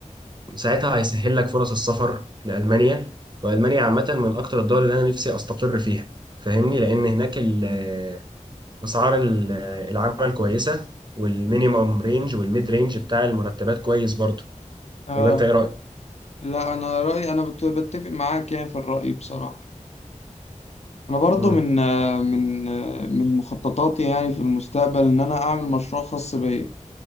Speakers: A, on the right; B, on the left.
A: ساعتها هيسهل لك فرص السفر لألمانيا وألمانيا عامة من أكتر الدول اللي أنا نفسي أستقر فيها فاهمني لأن هناك ال- آه، أسعار ال- آه، العمل كويسة والمينيمم رينج والميد رينج بتاع المرتبات كويس برضه
B: اه
A: ولا أنت إيه رأيك؟
B: لا انا رايي انا بت- بتفق معاك يعني في الراي بصراحه انا برضو
A: مم.
B: من آه، من آه، من مخططاتي يعني في المستقبل ان انا اعمل مشروع خاص بيا